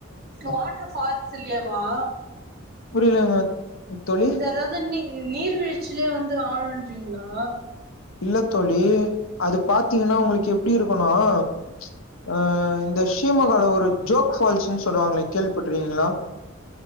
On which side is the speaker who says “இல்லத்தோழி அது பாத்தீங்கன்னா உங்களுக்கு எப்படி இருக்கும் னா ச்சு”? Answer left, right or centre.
Left